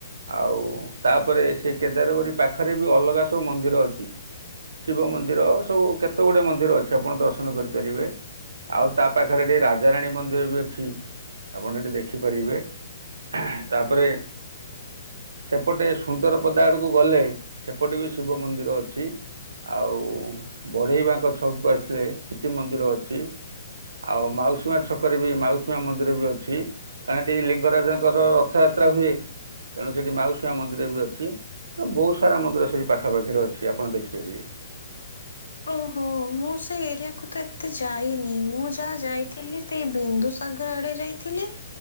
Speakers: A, on the right (about 60°); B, on the left (about 70°).
A: ଆଉ ତାପରେ ସେ କେଦାରଗରି ପାଖରେ ବି ଅଲଗା ସବୁ ମନ୍ଦିର ଅଛି। ଶିବ ମନ୍ଦିର ସବୁ କେତେ ଗୁଡଏ ମନ୍ଦିର ଅଛି ଆପଣ ଦର୍ଶନ କରିପାରିବେ। ଆଉ ତା ପାଖରେ ଟଠିକେ ରାଜାରାଣୀ ମନ୍ଦିର ବି ଅଛି ଆପଣ ସେଠି ଦେଖିପାରିବେ। ତା ପରେ। ସେପଟେ ସୁନ୍ଦର ପଦା ଆଡ଼କୁ ଗଲେ ସେପଟେ ବି ଶିବ ମନ୍ଦିର ଅଛି। ଆଉ ବଢେଇବାଙ୍କ ଛକକୁ ଆସିଲେ ସିଠି ମନ୍ଦିର ଅଛି। ଆଉ ମାଉସୀମା ଛକରେ ବି ମାଉସୀ ମା ମନ୍ଦିର ବି ଅଛି। କାହିଁକି ଲିଙ୍ଗରାଜଙ୍କର ରଥଯାତ୍ରା ହୁଏ। ତେଣୁ ସେଠି ମାଉସୀଆ ମନ୍ଦିର ବି ଅଛି ତ ବହୁତ ସାରା ମନ୍ଦିର ସେଠି ପାଖାପାଖିରେ ଅଛି ଆପଣ ଦେଖିପାରିବେ।
B: ଓହୋ ମୁଁ ସେ ଏରିଆକୁ ତ ଏତେ ଯାଇନି ମୁଁ ଯାହା ଯାଇଥିଲି। ସେଇ ବିନ୍ଦୁସାଗର ଆଡେ ଯାଇଥିଲି